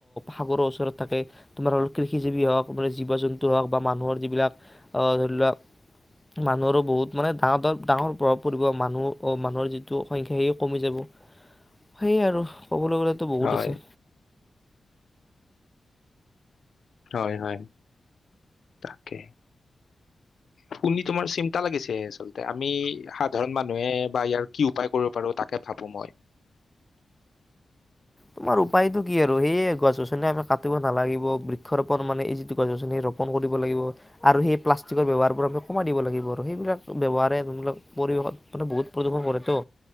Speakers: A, in the centre; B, on the left.
A: সাগৰৰ ওচৰত থাকে তোমাৰ হ' কৃষিজীৱী হওক মানে জীৱ জন্তু হওক বা মানুহৰ। যিবিলাক আহ ধৰি লোৱা মানুহৰো বহুত মানে ডাঙৰ ডৰ ডাঙৰ প্ৰভাৱ পৰিব মানুহ মানুহৰ যিটো সংখ্যাৰো কমি যাব সেয় আৰু। ক'বলৈ গ'লেতো বহুত
B: হয়,
A: আছে।
B: হয় হয় তাকে শুনি তোমাৰ চিন্তা লাগিছে আচলতে আমি সাধাৰণ মানুহে বা ইয়াৰ কি উপায় কৰিব পাৰো তাকে ভাবো মই।
A: তোমাৰ উপায়টো কি আৰু সেইয়ে গছ গছনি আমি কাটিব নালাগিব বৃক্ষৰোপন মানে এই যিটো গছ গছনি ৰোপন কৰিব লাগিব আৰু সেই প্লাষ্টিকৰ ব্যৱহাৰবোৰ আমি কমাই দিব লাগিব আৰু সেইবিলাক ব্যৱহাৰবিলাক পৰিৱেশ মানে বহুত প্ৰদূষণ কৰে তো